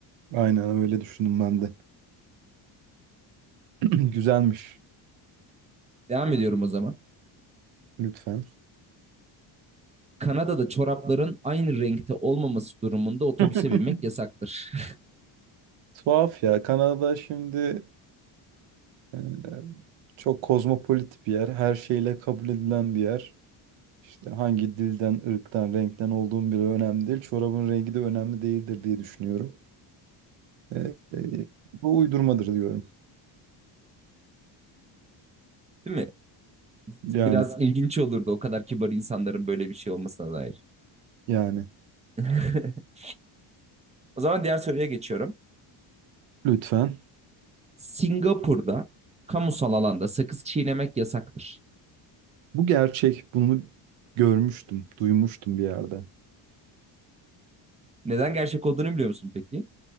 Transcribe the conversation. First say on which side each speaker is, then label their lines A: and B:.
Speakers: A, on the right; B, on the right.
A: aynen öyle düşündüm ben de. <clears throat> Güzelmiş.
B: Devam ediyorum o zaman.
A: Lütfen.
B: Kanada'da çorapların aynı renkte olmaması durumunda otobüse
A: <laughs>
B: binmek yasaktır. <laughs>
A: Tuhaf ya. Kanada şimdi e, çok kozmopolit bir yer. Her şeyle kabul edilen bir yer. İşte hangi dilden, ırktan, renkten olduğum bile önemli değil. Çorabın rengi de önemli değildir diye düşünüyorum. E, e, bu uydurmadır diyorum.
B: Değil mi?
A: Yani,
B: Biraz ilginç olurdu o kadar kibar insanların böyle bir şey olmasına dair.
A: yani.
B: <laughs> O zaman diğer soruya geçiyorum.
A: Lütfen.
B: Singapur'da kamusal alanda sakız çiğnemek yasaktır.
A: Bu gerçek. Bunu görmüştüm, duymuştum bir yerde.
B: Neden gerçek olduğunu biliyor musun peki?